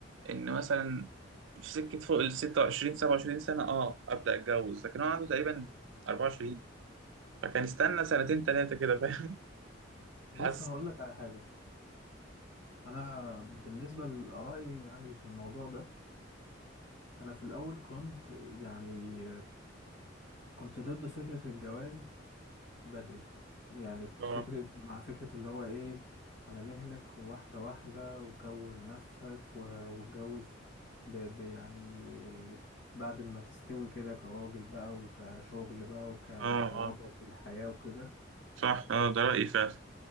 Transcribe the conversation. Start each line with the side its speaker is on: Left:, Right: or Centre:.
Right: ان مثلا في سكه فوق ال 26 27 سنه اه ابدا اتجوز لكن هو عنده تقريبا 24 فكان استنى سنتين ثلاثه كده فاهم <laughs> حاسس
Left: بص هقول لك على حاجه انا بالنسبه لارائي يعني في الموضوع ده انا في الاول كنت يعني كنت ضد فكره الجواز بدري يعني كنت
Right: اه
Left: فكره مع فكره اللي هو ايه على مهلك واحده واحده وكون نفسك و- واتجوز ب ب يعني بعد ما تستوي كده كراجل بقى وكشغل بقى وك
Right: اه
Left: كوضع
Right: اه
Left: في الحياه وكده
Right: صح اه ده رأيي فعلا